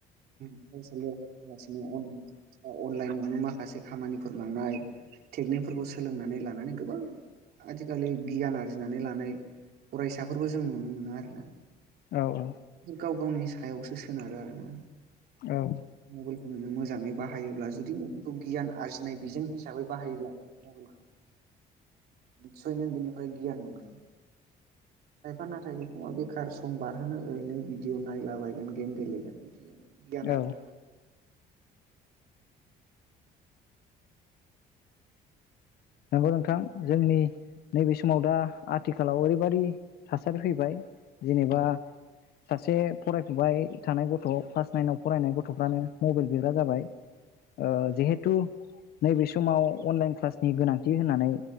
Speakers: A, on the right; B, on the left.
A: फरायसालियाव सिनोनलाइ अनलाइनावनो माखासे खामानिफोर मावनाय टेकनिकफोरखौ सोलोंनानै लानानै गोबां आथिखालि गियान आर्जिनानै लानाय फरायसाफोरबो जों नुनो मोनो आरोना
B: औ औ
A: गाव गावनि सायावसो सोनारो आरोना
B: औ
A: मबेलखौ मोजांङै बाहायोब्ला जुदि बेखौ गियान आरजिनाय बेजों हिसाब हिसाबै बाहायोब्ला मबाइलखौ निसय नों बेनिफ्राय गियान मोनगोन। खायफा नाथाय बेखौ बेखार सम बारहोनो ओरैनो भिदिअ' नायलाबायायगोन गेम गेलेगोन बिदिनो गियानारि
B: औ नंगौ नोंथां जोंनि नैबे समाव दा आथिखालाव ओरैबायदि थासारि फैबाय जेनेबा सासे फराय फुबाय थानाय गथ' क्लास नाइनाव फरायनाय गथ'फ्रानो मबाइल बिरग्रा जाबाय ओ जिहेथु नैबे समाव अनलाइन क्लास नि गोनांथि होननानै